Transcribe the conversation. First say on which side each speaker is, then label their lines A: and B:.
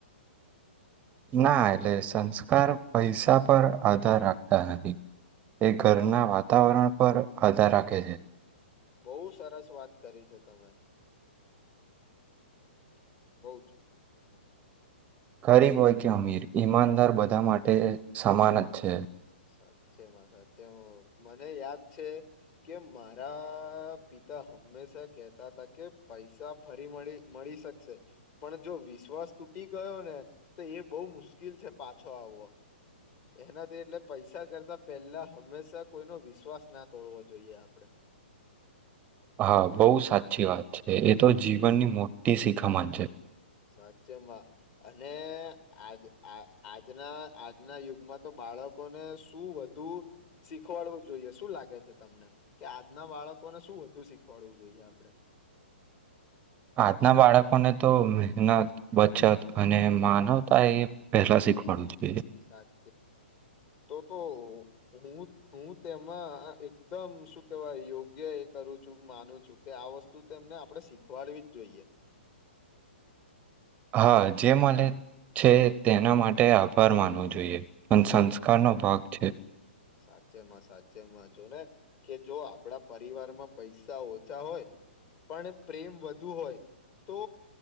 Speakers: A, on the right (about 25°); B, on the left (about 35°).
A: ના એટલે સંસ્કાર પૈસા પર આધાર રાખતા નથી એ ઘરના
B: સરસ
A: વાતાવરણ પર આધાર રાખે છે
B: બહુ સરસ વાત કરી છે તમે બઉ જ
A: ગરીબ હોય કે અમીર ઈમાનદાર બધા માટે સમાન જ છે
B: સાચે મા સાચે મા મને યાદ છે કે મારા પિતા હમેશા કેહતા હતા કે પૈસા ફરી મળી મળી શકશે પણ જો વિશ્વાસ તૂટી ગયો ને તો એ બહુ મુશ્કેલ છે પાછો આવવો એનાથી એટલે પૈસા કરતા પહેલા હંમેશા કોઈનો વિશ્વાસ ના તોડવો જોઈએ આપડે
A: હા બહુ સાચી વાત છે એ તો જીવનની મોટી શિખમણ છે
B: સાચેમાં અને આજ આજના આજના યુગમાં તો બાળકોને શું વધુ શીખવાડવું જોઈએ શું લાગે છે તમને કે આજના બાળકોને શું વધુ શીખવાડવું જોઈએ આપડે
A: આજના બાળકોને તો મહેનત બચત અને માનવતા એ પહેલા શીખવાડું જોઈએ
B: સાચ તો તો હું હું તેમાં એકદમ શું કેહેવાય યોગ્ય એ કરું છું માનું છું કે આ વસ્તુમને આપણે શીખવાડવી જ જોઈએ
A: હા જે મળે છે તેના માટે આભાર માનવો જોઈએ પણ સંસ્કારનો ભાગ છે
B: સાચેમાં સાચેમાં જો ને કે જો આપણા પરિવારમાં પૈસા ઓછા હોય પણ પ્રેમ વધુ હોય તો